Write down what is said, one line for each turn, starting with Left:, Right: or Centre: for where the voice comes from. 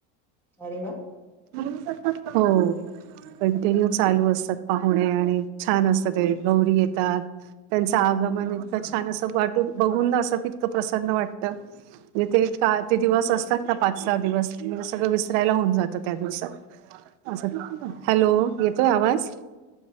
Centre: अरे वा.
Right: हो
Centre: हा हम्म
Right: कंटिन्यू चालू असतात. पाहुणे आणि छान असतं ते गौरी येतात त्यांचं आगमन इतकं
Centre: हम्म
Right: छान असं वाट बघून ना असं इतकं प्रसन्न वाट म्हजे ते का ते दिवस असतात ना पाच सहा दिवस सगळं विसरायला होऊन जातं त्या दिवसात अस
Centre: हा हा.
Right: हॅलो येतोय आवाज?